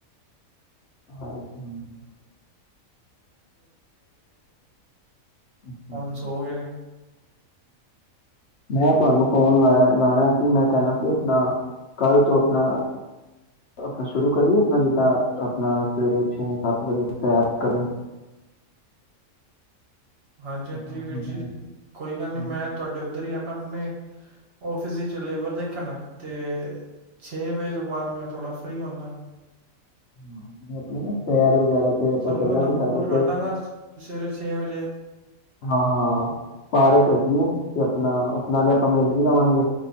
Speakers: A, on the left (about 55°); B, on the right (about 50°).
A: ਹਾਂ, ਹਾਂ, ਅੱਛਾ-ਅੱਛਾ।
B: ਹੁਣ ਸੋ ਗਏ ਨੇ
A: ਮੈਂ ਤੁਹਾਨੂੰ ਫੋਨ ਲਾਇਆ ਲਾਣਾ ਸੀ ਮੈਂ ਕਹਿਣਾ ਸੀ ਆਪਣਾ ਕੱਲ੍ਹ ਤੋਂ ਆਪਣਾ। ਆਪਣਾ ਸ਼ੁਰੂ ਕਰੀਏ ਆਪਣਾ ਜਿੱਦਾਂ ਆਪਣਾ ਸਵੇਰੇ ਛੇ ਸੱਤ ਵਜੇ ਸੈਰ ਕਰਨੀ।
B: ਹਾਂਜੀ-ਹਾਂਜੀ
A: ਹਾਂ,
B: ਵੀਰ
A: ਵਗੈਰਾ
B: ਜੀ, ਕੋਈ ਗੱਲ
A: ਜਿਵੇਂ
B: ਨਹੀਂ ਮੈਂ ਤੁਹਾਡੇ ਉੱਧਰ ਹੀ ਆਣਾ। ਆਪਣੇ ਆਫਿਸ ਚ ਚੱਲੇ ਲੇਬਰ ਦੇਖਣ, ਤੇ ਛੇ ਵਜੇ ਤੋਂ ਬਾਅਦ ਮੈਂ ਥੋੜ੍ਹਾ ਫ੍ਰਰੀ ਹੁਣਾ।
A: ਹਾ ਮੈ ਆਪਣੇ ਸੈਰ। ਵਗੈਰਾ ਤੇ ਆਪਾਂ
B: ਸਗੋਂ
A: ਚੱਲਾਂਗੇ
B: ਮੈਂ ਤੁਹਾਨੂੰ
A: ਸਾਡੇ
B: ਕੋਲ
A: ਇੱਥੇ,
B: ਕਰ ਦਾਂਗਾ ਸਵੇਰੇ ਛੇ ਵਜੇ
A: ਹਾਂ-ਹਾਂ ਪਾਰਕ ਹੈਗੀ ਆ। ਤੇ ਆਪਣਾ ਨਾਲੇ ਆਪਾਂ ਮਿਲ ਵੀ ਲਵਾਂਗੇ